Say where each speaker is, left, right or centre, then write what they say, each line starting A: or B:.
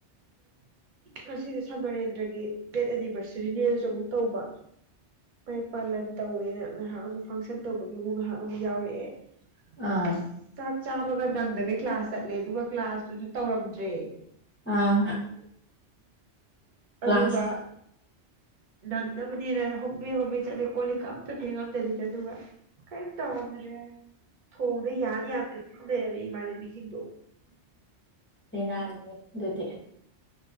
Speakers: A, on the right; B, on the left.
A: ꯉꯁꯤꯗꯤ ꯁꯃꯔꯦꯟꯗ꯭ꯔꯒꯤ ꯗꯦꯠ ꯑꯦꯅꯤꯚꯔꯁꯔꯤꯅꯦꯅꯁꯨ ꯑꯃꯨꯛ ꯇꯧꯕ ꯃꯩ ꯄꯥꯂꯟ ꯇꯧꯋꯦꯅ ꯉꯥꯏꯍꯥꯛ ꯑꯃꯨꯛ ꯐꯪꯁꯟ ꯇꯧꯕꯒꯤ ꯑꯃꯨꯛ ꯉꯥꯏꯍꯥꯛ ꯑꯃꯨꯛ ꯌꯥꯎꯔꯛꯑꯦ
B: ꯑꯥ
A: ꯑꯁ ꯆꯥꯛ ꯆꯥꯕꯒ ꯅꯪꯗꯒꯩ ꯀ꯭ꯂꯥꯁ ꯆꯠꯂꯦ ꯑꯗꯨꯒ ꯀ꯭ꯂꯥꯁꯇꯨꯁꯨ ꯇꯧꯔꯝꯗ꯭ꯔꯦ
B: ꯑꯥ ꯀ꯭ꯂꯥꯁ
A: ꯑꯗꯨꯒ ꯅꯪꯅꯕꯅꯦꯅ ꯍꯕꯤ ꯆꯦ ꯀꯣꯂꯤ ꯀꯝ ꯐꯦꯡꯒꯗ ꯆ ꯑꯗꯨꯕ ꯀꯔꯤꯝ ꯇꯧꯔꯝꯗ꯭ꯔꯦ ꯊꯣꯡꯗ ꯌꯥꯅꯤ ꯌꯥꯗꯅ ꯑꯗꯨꯝ ꯂꯩꯔꯝꯃꯤ ꯏꯃꯥꯟꯅꯕꯤꯁꯤꯡꯗꯣ
B: ꯕꯦꯔꯥꯅꯤ ꯑꯗꯨꯗꯤ